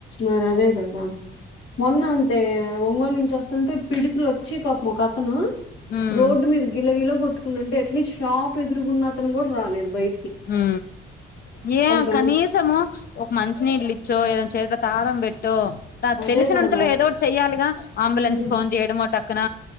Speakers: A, on the left; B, on the left.
A: మరి అదే గాదా మొన్న అంతే ఒంగోలు నుంచి వస్తుంటే పిడుసులు వచ్చి పాపం ఒక అతను
B: ఉమ్
A: రోడ్డు మీద గిల గిల్ల కొట్టుకున్నంటే ఏట్లీస్ట్ షాప్ ఎదురుగున్న కూడా రాలేదు బయ
B: ఉ ఏమే
A: బండి
B: కనీసము ఒక మంచి నీల్లిచో ఏదన్న చేత తాళం పెట్టో
A: అదే
B: తెలిసినంతలో
A: కదా
B: ఏదోటి చెయ్యాలిగా అంబులెన్స్
A: హ్మ్
B: కి ఫోన్ చేయడమో టక్కన